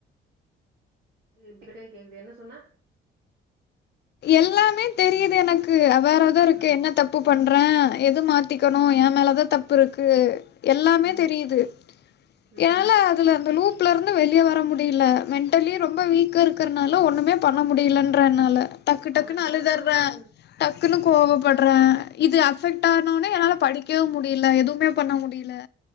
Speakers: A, on the right (about 65°); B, on the left (about 60°).
A: ம் கேக்குது என்ன சொன்ன
B: எல்லாமே தெரியுது எனக்கு வேற எதோருக்கு
A: ம்
B: என்ன தப் பு பண்றேன் எது மாத்திக்கணு ய மேலதா தப்புருக்கு எல்லாமே
A: ம்
B: தெரியுது
A: ம்
B: என்னால அதுல அந்த லூப்ல இருந்து வெளிய வர மு டில மென்டலி ரொம்ப வீக்கா இருக்கறனால ஒண்ணுமே பண்ண முடியலன்றனால டக்கு டக்குனு
A: அதத்தான்
B: அழுதர்றேன்
A: நான்
B: டக்குனு கோவப்பட்றேன் இது அஃபெக்ட் ஆகனோனே என்னால படிக்கவும் முடில எதுவுமே பண்ண முடி அ